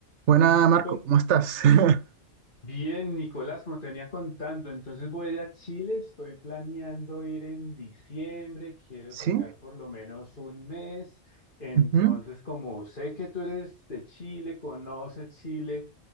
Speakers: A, on the right; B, on the left.
A: Buena, Marco,
B: Com-
A: ¿cómo estás? <laughs>
B: Bien, Nicolás, como te venía contando, entonces voy a Chile, estoy planeando ir en diciembre, quiero
A: Sí,
B: sacar por lo menos un mes, entonces
A: ujú,
B: como sé que tú eres de Chile, conoces Chile,